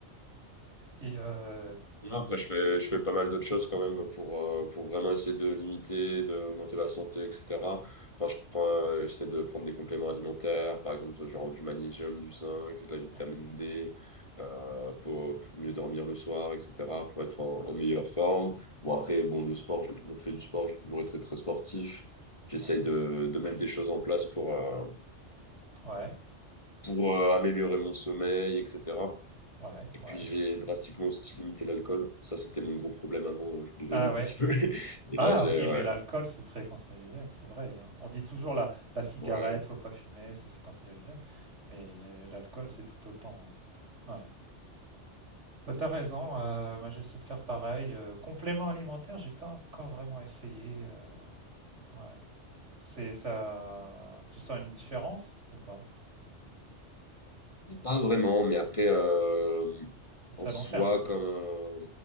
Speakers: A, on the right; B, on the left.
A: Et euh,
B: Non, Après, je fais, je fais pas mal d'autres choses quand même pour, euh, pour vraiment essayer de limiter, d'augmenter ma santé, etc. Quand je prends, euh, j'essaie de prendre des compléments alimentaires, par exemple, genre du magnésium, du zinc, de la vitamine
A: mhm,
B: D, euh, pour, pour mieux dormir le soir, etc., pour être en, en meilleure forme. Bon, après, bon, le sport, j'ai toujours fait du sport, j'ai toujours été très, très sportif. J'essaye
A: ouais,
B: de, de mettre des choses en place pour, euh,
A: ouais,
B: pour euh, améliorer mon sommeil, etc.
A: ouais,
B: Et
A: ouais.
B: puis j'ai drastiquement aussi limité l'alcool. Ça, c'était mon gros problème avant. Je buvais
A: Ah
B: beaucoup.
A: ouais.
B: <laughs> Et
A: Ah
B: là, j'ai.
A: oui,
B: Ouais.
A: mais l'alcool, c'est très cancérigène, c'est vrai. hein. On dit toujours la, la cigarette,
B: ouais.
A: faut pas fumer, c'est c'est cancérigène. Mais euh, l'alcool, c'est tout autant. hein. Ouais. Bah, t'as raison, euh, moi j'essaie de faire pareil. Euh, complément alimentaire, j'ai pas encore vraiment essayé. euh, ouais. C'est ça. Tu sens une différence ou pas?
B: Pas vraiment, mais après, euh,
A: C'est
B: en
A: à
B: soi,
A: long terme, quoi.
B: comme, euh,